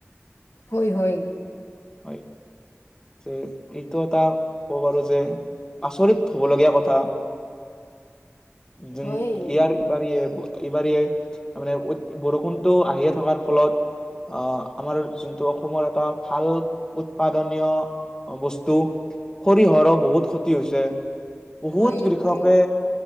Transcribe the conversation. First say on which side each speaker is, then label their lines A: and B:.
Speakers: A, on the left; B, on the left.
A: হয় হয়
B: হয় যে এইটো এটা ক'ব পাৰোঁ যে আচৰিত হ'ব লগীয়া কথা <unintelligible> উম
A: হয়
B: ইয়াৰ উবাৰীয়ে এইবাৰিয় মানে বৰষুণটো আহিয়ে থকাৰ ফলত আহ আমাৰ যোনটো অসমৰ এটা ভাল উৎপাদনীয় বস্তু সৰিয়হৰো বহুত ক্ষতি হৈছে বহুত
A: হয়
B: কৃষকে
A: হয়